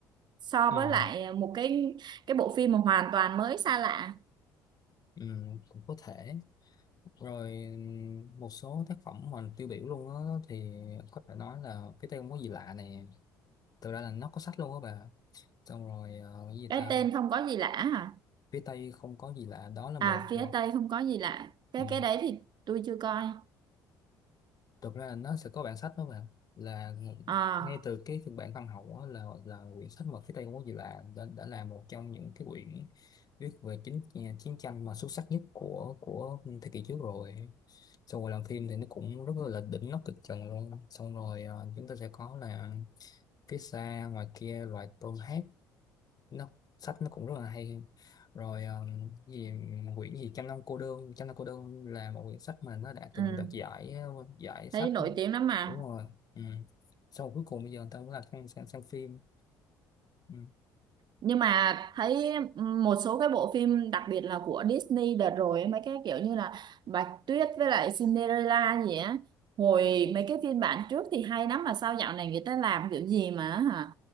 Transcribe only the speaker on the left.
ừ,
ừ, cũng có thể rồi một số tác phẩm mà tiêu biểu luôn á thì có thể nói là phía Tây không có gì lạ nè thực ra là nó có sách luôn á bà xong rồi ờ, cái gì
ta
phía Tây không có gì lạ đó là
một
ờ,
ừ.
thực ra là nó sẽ có bản sách đó bạn là
ngay từ cái phiên bản văn học đó là là quyển sách mà phía Tây Ngô Gì Lạ đã, đã là một trong những cái quyển viết về chính à, chiến tranh mà xuất sắc nhất của của thế kỷ trước rồi xong rồi làm phim thì nó cũng rất là đỉnh nó kịch trần luôn xong rồi ờ, chúng ta sẽ có là phía xa ngoài kia loài tôm hát nó sách nó cũng rất là hay rồi um, gì quyển gì trăm năm cô đơn trăm năm cô đơn là một quyển sách mà nó đã
từng đoạt giải ờ, giải sách
đúng rồi ừ. sau rồi cuối cùng bây giờ người ta mới là sang, sang, sang phim ừ.